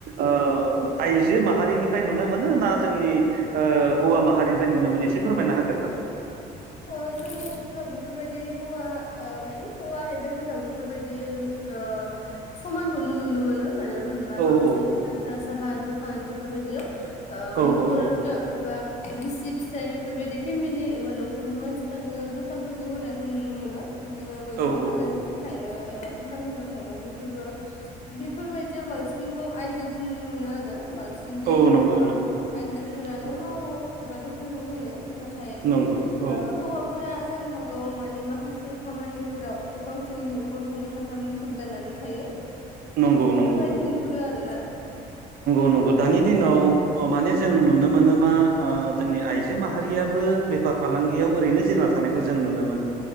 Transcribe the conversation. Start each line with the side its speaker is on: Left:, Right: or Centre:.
Right: ओ आइजो माहारिनिफ्राय नुनो मोनो ना जोंनि ओ हौवा माहारिनिफ्राय नुनो मोनो एसे एसे फोरमायनो होगोन नामा?
Left: ओ जोंनि ओनसोलाव बेफोरबायदि हौवा ओ माने हौवा हेदों हिनजाव बेफोरबायदि ओ समानखौनो नुनो मोनो। मानो होनबा
Right: औ
Left: माखासे
Right: औ
Left: फिसा - फिसा साहा दखान बेफोरबायदियाव ओ
Right: औ
Left: न'खरनो
Right: औ
Left: एबा बिसि फिसाय बेफोरबायदि फेमिलि एबा न'ख नखरनि मानसिफ्रानो दखानफोरखौ होनायखौ नुनो मोनो। बिदिनो मैगं
Right: औ
Left: फालांगिबो
Right: औ औ
Left: थायो एबा दखान होग्रा थायो बेफोरबो बेफोरबायदि बिदियाव बांसिनखौ आयजोखौ नुनो मोनो आरो। बांसिन जोंनि
Right: औ नंगौ
Left: बर'
Right: नंगौ
Left: आइजोफोरानो
Right: औ
Left: मावो एबा दखानखौ होयो। नाथाय
Right: नंगौ औ
Left: ओ हौवाफोरा जानो हागौ मानि माखासे खामानिफोराव गावसोरनि न'खर खुंनो थाखाय मुखुब जानानै थायो।
Right: नंगौ
Left: बेफोरबायदि
Right: नंगौ नंगौ
Left: नुहुरो आरोना।
Right: नंगौ दानि दिनाव माने जों नुनो मोनो मा ओ जोंनि आइजो माहारियाबो बेफार फालांगियाव ओरैनो जेन ना थानायखौ जों नुनो मोना।